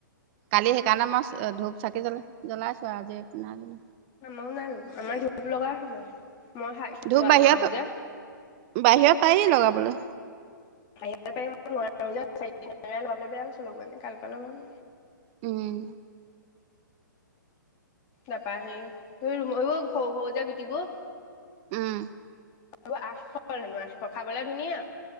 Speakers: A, on the right (about 35°); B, on the left (about 30°).
A: কালি সেইকাৰণে মই ধূপ চাকি জ্বলে। জ্বলাইছ আজি। নাগিল।
B: ও ন আৰুো আমাৰ ধু লগাৰ সমাজ। মইাই খোৱা
A: ধূপ বাহিৰত
B: নোৱাৰো যোক
A: বাহিৰত পায়েই লগা বোলে।
B: আহিব পাৰিম নোৱাৰো চাৰি বেয়াছো লগ মানে কাল পালম
A: উম!
B: নাপাাহেবোৰ স সৰু যে গুটিবোৰ
A: উম,
B: আৰু আচফল নেনো আচফ খাবলে ধুনীয়া